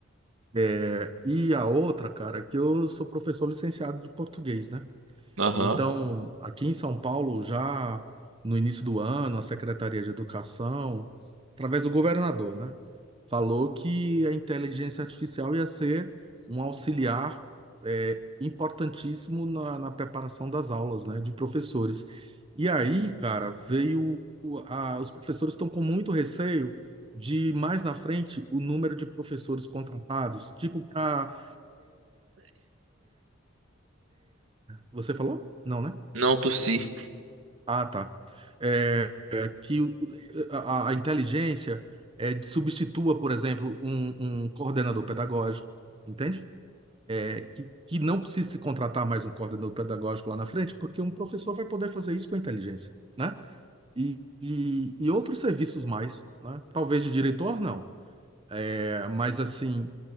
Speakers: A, on the right (about 25°); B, on the right (about 85°).
A: É, e a outra, cara, é que eu sou professor licenciado de português, né?
B: Aham.
A: Então, aqui em São Paulo, já no início do ano, a Secretaria de Educação, através do governador, né? falou que a inteligência artificial ia ser um auxiliar é, importantíssimo na, na preparação das aulas, né, de professores. E aí, cara, veio o- a- os professores estão com muito receio de mais na frente o número de professores contratados, tipo para você falou? Não, né?
B: Não tossi.
A: Ah, tá. É, é, que o- a, a inteligência é, substitua, por exemplo, um, um coordenador pedagógico, entende? É, que, que não precisa se contratar mais um coordenador pedagógico lá na frente, porque um professor vai poder fazer isso com a inteligência, né? E, e, e outros serviços mais, né? Talvez de diretor, não. É, mas, assim,